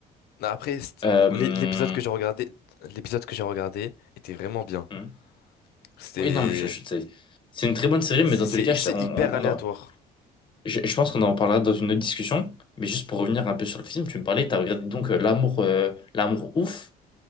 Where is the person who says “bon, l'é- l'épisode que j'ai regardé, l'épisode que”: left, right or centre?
Left